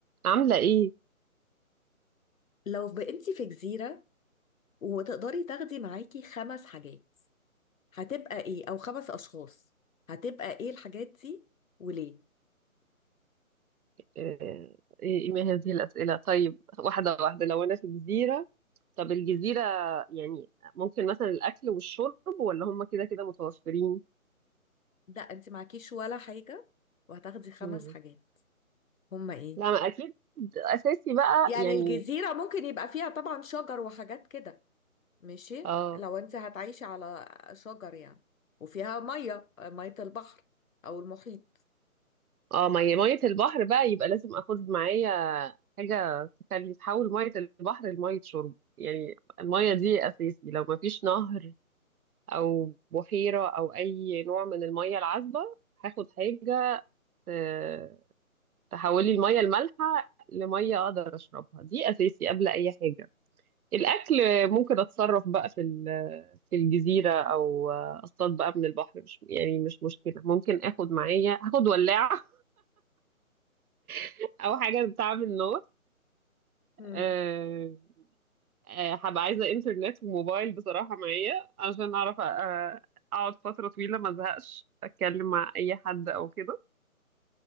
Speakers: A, on the right (about 80°); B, on the left (about 65°).
A: عاملة إيه؟
B: لو بقيتي في جزيرة وتقدري تاخدي معاكي خمس حاجات هتبقى ايه او خمس اشخاص هتبقى ايه الحاجات دي وليه
A: آه، إيه إيه ما هذه الأسئلة؟ طيب واحدة واحدة لو أنا في جزيرة طب الجزيرة يعني ممكن مثلا الأكل والشرب ولا هم كده كده متوفرين؟
B: لا انت معكيش ولا حاجة وهتاخدي خمس
A: مم.
B: حاجات هما ايه
A: لا ما أكيد أساسي بقى
B: يعني
A: يعني
B: الجزيرة ممكن يبقى فيها طبعا شجر وحاجات كده ماشي
A: آه
B: لو انت هتعيشي على شجر يعني وفيها مية مية البحر او المحيط
A: آه مية مية البحر بقى يبقى لازم آخد معايا حاجة تخلي تحول مية البحر لمية شرب يعني المية دي أساسي لو ما فيش نهر أو بحيرة أو أي نوع من المية العذبة هاخد حاجة آه، تحولي المية المالحة لمية أقدر أشربها دي أساسي قبل أي حاجة الأكل ممكن أتصرف بقى في ال- في الجزيرة أو أصطاد بقى من البحر مش يعني مش مشكلة ممكن آخد معايا هاخد ولاعة <laughs> أو حاجة بتعمل نار
B: مم.
A: أه آه، هبقى عايزة إنترنت وموبايل بصراحة معايا عشان أعرف أ- أقعد فترة طويلة ما أزهقش أتكلم مع أي حد أو كده